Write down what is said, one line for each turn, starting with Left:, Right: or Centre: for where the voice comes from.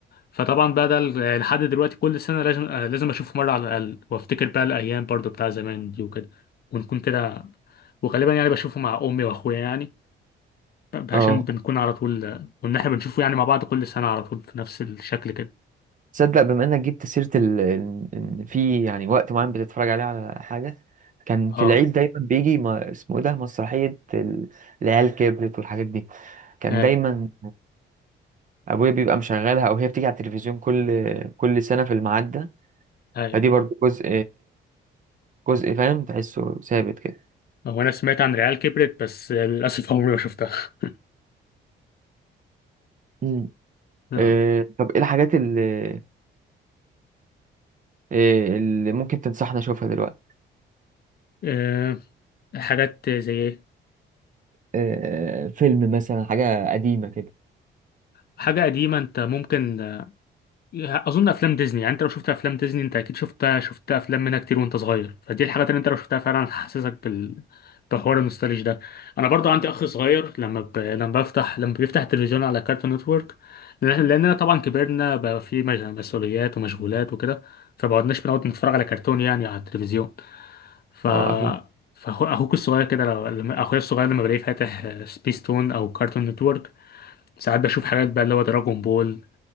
Left: فطبعا بقى ده ال- لحد دلوقتي كل سنه لازم آه، لازم اشوفه مره على الاقل وافتكر بقى الايام برضو بتاع زمان دي وكده ونكون كده وغالبا يعني بشوفه مع امي واخويا يعني ده
Right: اه
Left: عشان بنكون على طول كنا احنا بنشوفه يعني مع بعض كل سنة على طول في نفس الشكل كده
Right: تصدق بما انك جبت سيرة ال... ان إن في يعني وقت معين بتتفرج عليه على حاجة كان في
Left: اه
Right: العيد دايما بيجي ما اسمه ايه ده مسرحية ال- العيال كبرت والحاجات دي كان
Left: اي
Right: دايما ابويا بيبقى مشغلها او هي بتيجي على التلفزيون كل كل سنة في الميعاد ده
Left: اي
Right: فدي برضو جزء جزء فاهم تحسه ثابت كده
Left: هو انا سمعت عن ريال كبرت بس للأسف عمري ما شفتها <laughs>
Right: مم.
Left: اه
Right: آه، طب ايه الحاجات اللي آه، اللي ممكن تنصحنا اشوفها دلوقتي
Left: آه، حاجات زي ايه
Right: آه، فيلم مثلا حاجة قديمة كده
Left: حاجة قديمة انت ممكن اظن افلام ديزني يعني انت لو شفت افلام ديزني انت اكيد شفتها شفت افلام منها كتير وانت صغير فدي الحاجات اللي انت لو شفتها فعلا هتحسسك بال بحوار النوستالج ده انا برضو عندي اخ صغير لما ب... لما بفتح لما بيفتح التلفزيون على كارتون نتورك لأن- لاننا طبعا كبرنا بقى في مج- مسؤوليات ومشغولات وكده فبقعدناش بنقعد نتفرج على كرتون يعني على التلفزيون ف
Right: اه اكيد
Left: فاخوك الصغير كده لو... لما اخويا الصغير لما بلاقيه فاتح سبيستون او كارتون نتورك ساعات بشوف حاجات بقى اللي هو دراجون بول